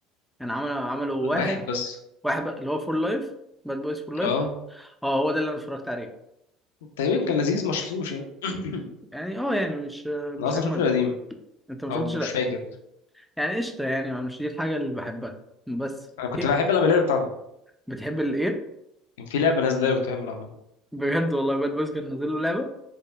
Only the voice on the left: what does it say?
واحد بس
اه
تقريبا كان لذيذ ما شفتوش يعني <clears throat>
انا
اصلا
شفت القديم
او مش
فاكر
انا كنت
بحب العب اللعبه بتاعته
كان في لعبه نازله كنت بحب العبها